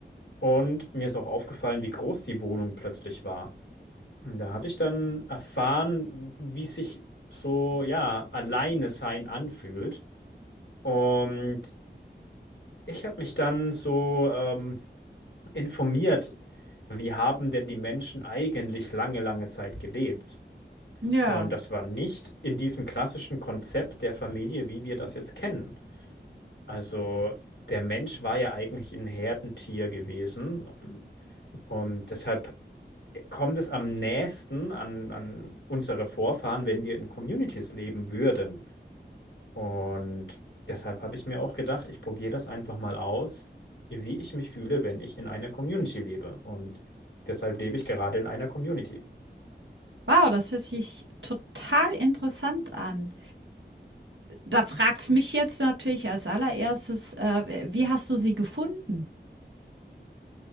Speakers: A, on the left; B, on the right.
A: Und mir ist auch aufgefallen, wie groß die Wohnung plötzlich war. Und da habe ich dann erfahren, wie sich so, ja, alleine sein anfühlt. Und ich habe mich dann so ähm, informiert, wie haben denn die Menschen eigentlich lange, lange Zeit gelebt?
B: Ja.
A: Und das war nicht in diesem klassischen Konzept der Familie, wie wir das jetzt kennen. Also der Mensch war ja eigentlich ein Herdentier gewesen. Und deshalb kommt es am nächsten an, an unsere Vorfahren, wenn wir in Communities leben würden. Und deshalb habe ich mir auch gedacht, ich probiere das einfach mal aus, wie ich mich fühle, wenn ich in einer Community lebe. Und deshalb lebe ich gerade in einer Community.
B: Wow, das hört sich total interessant an. Da fragt's mich jetzt natürlich als Allererstes, äh, wie hast du sie gefunden?